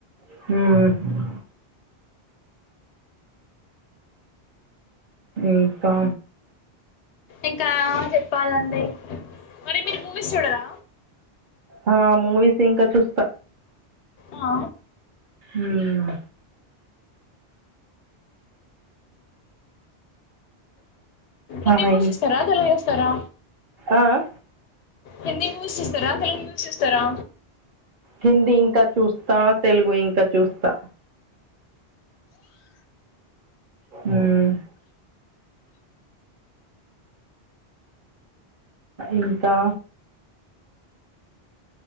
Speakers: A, on the right (about 50°); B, on the left (about 85°).
A: ఉమ్ ఇంకా
B: ఇంకా చెప్పాలంటే మరి మీరు మూవీస్ చూడరా
A: ఆ మూవీస్ ఇంక చూస్త
B: ఆ
A: ఉమ్
B: అని
A: ఆ
B: మూసేస్తారా
A: ఇం
B: తెలుగు ఇస్తారా
A: ఆ ఆ
B: హిందీ మూవీస్ చూస్తారా తెలుగు మువీస్ చూస్తారా
A: హిందీ ఇంకా చూస్తా తెలుగు ఇంకా చూస్తా ఉమ్ ఇంకా